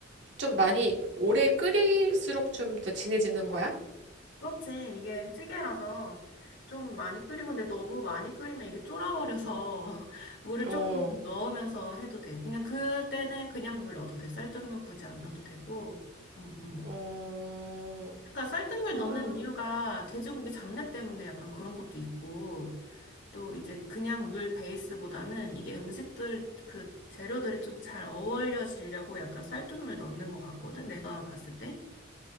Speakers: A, on the right; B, on the left.
A: 좀 많이 오래 끓일수록 좀 더 진해지는 거야?
B: 그렇지. 이게 찌개라서 좀 많이 끓이고, 근데 너무 많이 끓이면 이게 쫄아버려서 <laughs> 물을
A: 어,
B: 조금 넣으면서 해도 돼. 그냥 그때는 그냥 물 넣어도 돼. 쌀뜨물 굳이 안 넣어도 되고. 응, 응.
A: 어,
B: 그러니까 쌀뜨물
A: 아,
B: 넣는 이유가 돼지고기 잡내 때문에 약간 그런 것도 있고, 또 이제 그냥 물 베이스보다는 이게 음식들 그 재료들이 좀 잘 어울려지려고 약간 쌀뜨물 넣는 것 같거든. 내가 봤을 때.